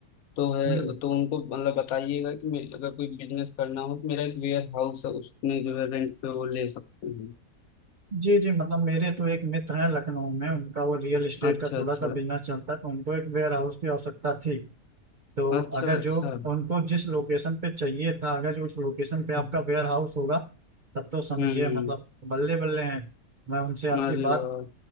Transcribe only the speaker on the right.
हम्म
जी जी मतलब मेरे तो एक मित्र हैं लखनऊ में उनका वो रियल एस्टेट
का थोड़ा
सा बिजनेस चलता है तो उनको एक वेयर हाउस की आवश्यकता थी तो
अगर जो
उनको जिस लोकेशन पे चाहिए था अगर जो उस लोकेशन पे आपका
वेयर हाउस होगा तब तो समझिए
मतलब बल्ले बल्ले हैं मैं उनसे आपकी
बात